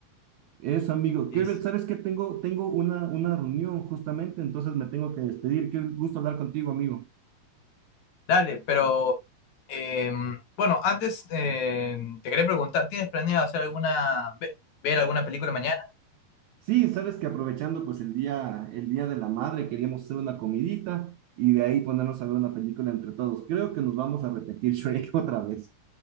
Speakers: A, on the right; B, on the left.
A: Eso, amigo.
B: Dice,
A: Kelber, ¿sabes qué? Tengo, tengo una, una reunión justamente, entonces me tengo que despedir. Qué gusto hablar contigo, amigo.
B: Dale, pero em, bueno, antes em, te quería preguntar, ¿tienes planeado hacer alguna, ve- ver alguna película mañana?
A: Sí, sabes que aprovechando pues el día, el día de la madre, queríamos hacer una comidita y de ahí ponernos a ver una película entre todos. Creo que nos vamos a repetir <laughs> Shrek otra vez.